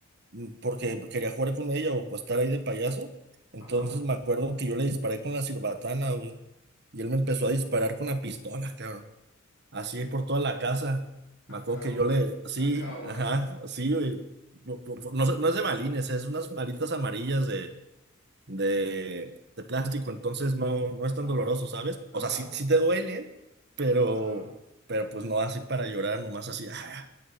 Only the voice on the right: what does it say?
mm, porque quería jugar con ella o pues, estar ahí de payaso. Entonces
me acuerdo que yo le disparé con la sirbatana, güey. Y él me empezó a disparar con la pistola, cabrón. Así por toda la casa.
Me acuerdo que yo le. Sí,
ajá, sí, güey. No, no- no no es no de balines, es unas varitas amarillas de, de, de plástico, entonces no, no es tan
doloroso, ¿sabes?
O sea, sí, sí te duele, pero,
pero pues no así para llorar, nomás así. ah.